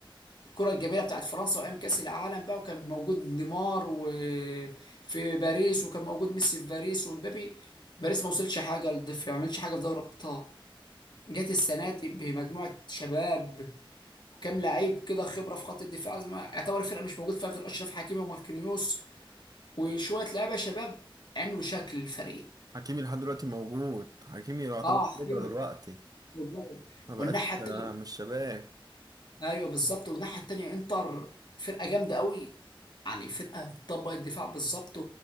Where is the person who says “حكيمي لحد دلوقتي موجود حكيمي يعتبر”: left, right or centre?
Right